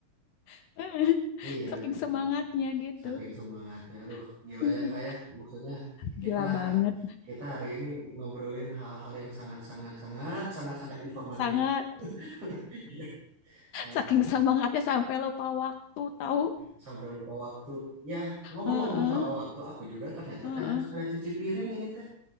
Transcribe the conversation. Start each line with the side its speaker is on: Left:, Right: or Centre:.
Left: <laughs> Heeh.
Right: Iya
Left: Saking
Right: gitu.
Left: semangatnya gitu.
Right: Saking semangatnya. Aduh,
Left: <laughs>
Right: gila
Left: Aduh,
Right: ya Kak ya. Maksudnya
Left: Gila
Right: kita
Left: banget.
Right: kita hari ini ngobrolin hal-hal yang sangat-sangat sangat sangat sangat informatif.
Left: Sangat
Right: <laughs> Iya, sangat-sangat.
Left: saking semangatnya sampai lupa waktu tahu.
Right: Sampai lupa waktu. Ya, ngomong-ngomong
Left: Heeh,
Right: soal waktu, aku juga ternyata
Left: heeh.
Right: teh harus ada cuci piring ini teh.